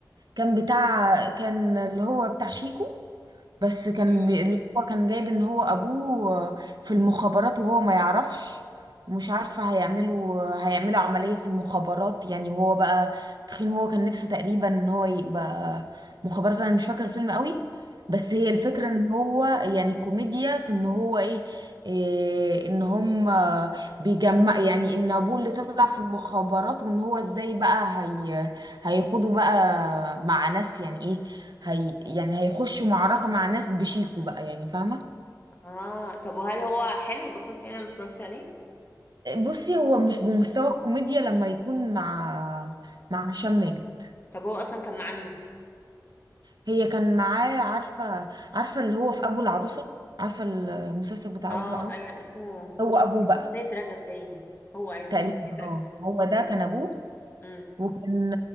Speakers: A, on the right (about 70°); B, on the left (about 30°).
A: كان بتاع كان اللي هو بتاع شيكو بس كان
B: امم
A: بي- اللي هو كان جايب ان هو ابوه في المخابرات وهو ما يعرفش ومش عارفة هيعملوا هيعملوا عملية في المخابرات يعني وهو بقى تخين وهو كان نفسه تقريبا ان هو يبقى مخابرات انا مش فاكرة الفيلم قوي بس هي الفكرة ان هو يعني كوميديا في ان هو ايه, إيه ان هم بيجمع يعني ان ابوه اللي طلع في المخابرات وان هو ازاي بقى هي هيخوضوا بقى مع ناس يعني ايه هي يعني هيخشوا معركة مع ناس بشيكو بقى يعني فاهمة
B: اه طب وهل هو حلو وبسطت يعني لما اتفرجت عليه
A: بصي هو مش بمستوى الكوميديا لما يكون مع مع هشام ماجد
B: طب هو اصلا كان مع مين
A: هي كان معاه عارفة عارفة اللي هو في أبو العروسة عارفة المسلسل بتاع
B: اه
A: أبو العروسة
B: ايوه اسمه
A: هو أبوه
B: اسمه
A: بقى
B: سيد رجب باين هو ايوه
A: تقريبا
B: هو سيد رجب
A: اه
B: باين
A: هو ده كان أبوه
B: امم
A: وكان